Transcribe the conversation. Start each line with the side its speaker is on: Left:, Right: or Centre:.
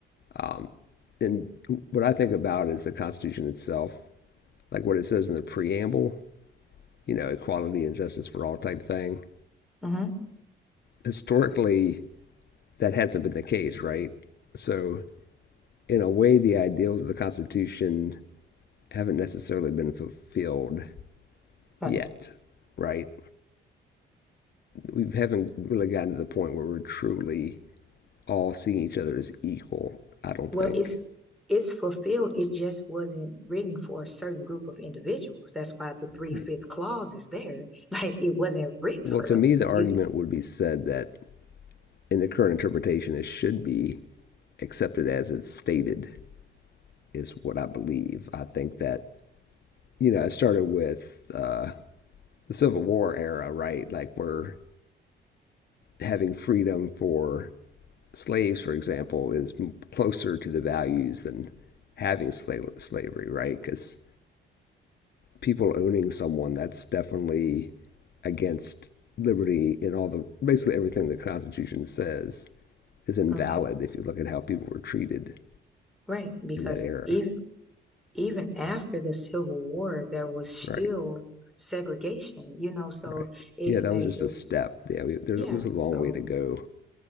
Left: Um, and what I think about is the Constitution itself, like what it says in the preamble, you know, equality and justice for all type thing.
Centre: Mm-hmm.
Left: Historically, that hasn't been the case, right? So, in a way, the ideals of the Constitution haven't necessarily been fulfilled
Centre: Right.
Left: yet, right? We haven't really gotten to the point where we're truly all seeing each other as equal, I don't
Centre: Well,
Left: think.
Centre: it's it's fulfilled. It just wasn't written for a certain group of individuals. That's why the three
Left: Right.
Centre: fifth clause is there. <laughs> Like it wasn't written
Left: Well,
Centre: for
Left: to
Centre: us.
Left: me, the argument
Centre: You,
Left: would be said that in the current interpretation, it should be accepted as it's stated, is what I believe. I think that, you know, it started with uh, the Civil War era, right? Like, we're having freedom for slaves, for example, is closer to the values than having slave slavery, right? Because people owning someone, that's definitely against liberty in all the basically everything the Constitution says is invalid
Centre: Okay, b-
Left: if you look at how people were treated
Centre: right, because
Left: in that era.
Centre: even even after the Civil War, there was still
Left: Right,
Centre: segregation, you know, so
Left: right.
Centre: it
Left: Yeah, that
Centre: like
Left: was just
Centre: it-
Left: a step. Yeah, we, there's,
Centre: yeah,
Left: there's a long
Centre: so
Left: way to go